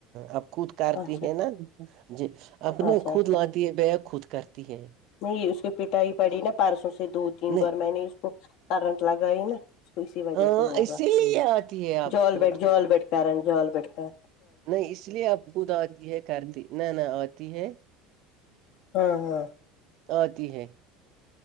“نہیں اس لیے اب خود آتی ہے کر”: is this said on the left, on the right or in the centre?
Right